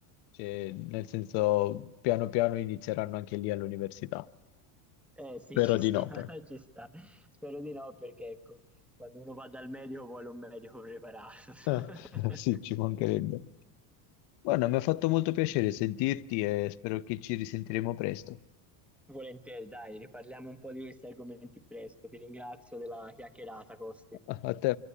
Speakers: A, on the left; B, in the centre.
A: Cioè, nel senso, piano piano inizieranno anche lì all'università.
B: Eh sì,
A: Spero
B: ci
A: di
B: sta,
A: no,
B: <laughs>
A: però.
B: ci sta. Spero di no, perché ecco, quando uno va dal medico vuole un medico preparato.
A: <laughs>
B: <laughs>
A: Sì, ci mancherebbe. Guarda, mi ha fatto molto piacere sentirti e spero che ci risentiremo presto.
B: Volentieri, dai, riparliamo un po' di questi argomenti presto. Ti ringrazio della chiacchierata, Costi.
A: A a te.